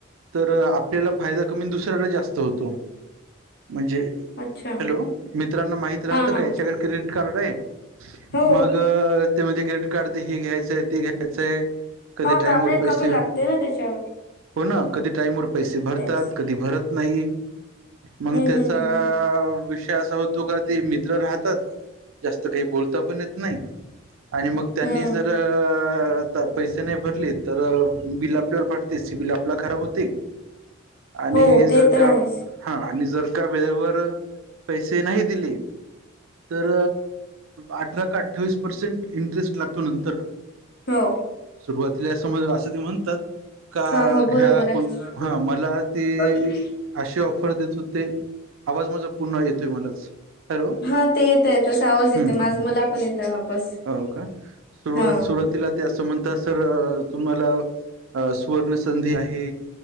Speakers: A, on the right; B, on the left.
A: तर आपल्याला फायदा कमी दुसऱ्याला जास्त होतो. म्हणजे
B: अच्छा
A: हॅलो मित्रांना माहित राहतं
B: हां हां
A: का याच्याकडे क्रेडिट कार्ड आहे.
B: हो
A: मग ते म क्रेडिट कार्ड हे घ्यायचंय ते घ्यायचंय कधी
B: हा
A: टाइमवर
B: तर आपल्याला
A: पैसे
B: कमी लागते ना त्याच्यावर
A: हो ना कधी टाईमवरर पैसे भरतात
B: टॅक्स
A: कधी भरत नाही. मग
B: हं,
A: त्याचा
B: हं, हं, हं.
A: विषय असा होतो का ते म मित्र राहतात जास्त काही बोलता पण येत नाही आणि मग त्यांनी
B: हं.
A: जर अ पैसे नाही भरले तर बिल आपल्यावर फडते सीबिल आपला खराब होते आणि
B: हो
A: जर
B: ते तर
A: का
B: आहेच
A: हा आणि जर का वेळेवर पैसे नाही दिले तर अठरा का अठ्ठावीस पर्सेंट इंटरेस्ट लागतो नंतर
B: हो
A: सुरुवातीला समज असं ते म्हणतात. का
B: हा हो
A: घ्या
B: बरोबर आहे.
A: कोण हा मला ते
B: ती
A: अशी ऑफर देत होते आवाज माझा पुन्हा येतोय मलाच हॅलो
B: हा ते येतय तसा आवाज येते
A: हम्म हम्म
B: माझ
A: हम्म
B: मला पण येत आहे वापस
A: हो का सुरुवात
B: हा.
A: सुरुवातीला ते असं म्हणत सर तुम्हाला अ सुवर्णसंधी आहे